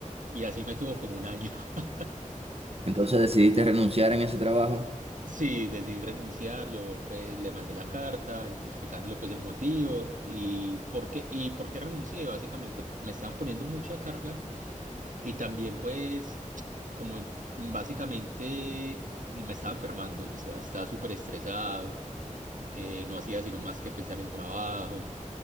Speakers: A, on the right; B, on the right.
A: Y así me tuvo como un año. <laughs>
B: Entonces decidiste renunciar en ese trabajo.
A: Sí, decidí renunciar, yo pues le mandé la carta explicándole pues el motivo y por qué y por qué renuncié, básicamente me estaban poniendo mucha carga Y también pues como básicamente me estaba enfermando, o sea, estaba súper estresado, eh, no hacía sino más que pensar en trabajo,